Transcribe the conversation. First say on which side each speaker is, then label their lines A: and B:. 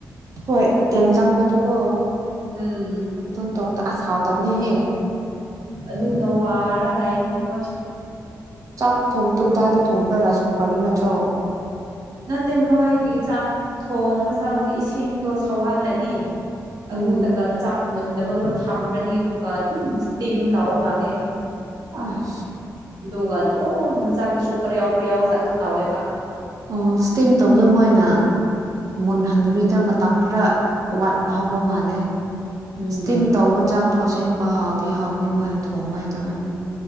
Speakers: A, on the right; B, on the right.
A: ꯍꯣꯏ ꯇꯦꯟ ꯆꯪꯕꯗꯨꯀꯣ
B: ꯎꯝ
A: ꯑꯗꯨꯝ ꯇꯧꯕꯗ ꯑꯁ ꯍꯥꯎꯇꯕꯅꯦꯍꯦ
B: ꯑꯗꯨꯅ ꯋꯥꯔꯒ ꯂꯩꯕꯅꯦ ꯑꯩꯈꯣꯏꯁꯨ
A: ꯆꯥꯛ ꯊꯣꯡꯗꯗꯥꯏꯗꯣ ꯊꯣꯡꯕ꯭ꯔꯥ ꯔꯥꯏꯁ ꯀꯨꯀꯔꯗ ꯅꯠꯇ꯭ꯔꯣ
B: ꯅꯠꯇꯦ ꯃꯣꯏꯒꯤ ꯆꯥꯛ ꯊꯣꯡ ꯃꯆꯥꯛꯗꯤ ꯏꯁꯤꯡꯗꯣ ꯁꯧꯍꯜꯂꯅꯤ ꯑꯗꯨꯗꯒ
A: ꯎꯝ
B: ꯆꯥꯛ ꯃꯨꯟꯗꯕꯗꯣ ꯊꯝꯔꯅꯤ ꯑꯗꯨꯒ ꯑꯗꯨꯝ ꯇꯇꯤꯝ ꯇꯎꯕ ꯃꯥꯜꯂꯦ
A: ꯑ
B: ꯗꯒ ꯑꯗꯨꯣ ꯁꯥꯥꯗ ꯁꯨꯄ꯭ꯔ ꯌꯥꯎꯕ꯭ꯔ ꯌꯥꯎ ꯁꯥꯇꯣ ꯇꯋꯦꯕ
A: ꯑꯣ ꯁꯇꯤꯝ ꯇꯧꯕꯗꯣ ꯃꯣꯏꯅ ꯃꯨꯟ ꯍꯟꯗꯕꯤꯗ ꯃꯇꯝ ꯈꯔ ꯋꯥꯠꯄ ꯍꯧꯕ ꯃꯥꯜꯂꯦ
B: ꯎꯝ
A: ꯏꯁꯇꯤꯝ ꯇꯧꯕ ꯆꯥꯛꯇꯣ ꯑꯁꯦꯡꯕ ꯍꯥꯎꯗꯤ ꯍꯥꯎꯗꯤ ꯃꯣꯏꯅ ꯊꯣꯡꯕ ꯍꯩꯇꯕꯒꯤꯅꯤ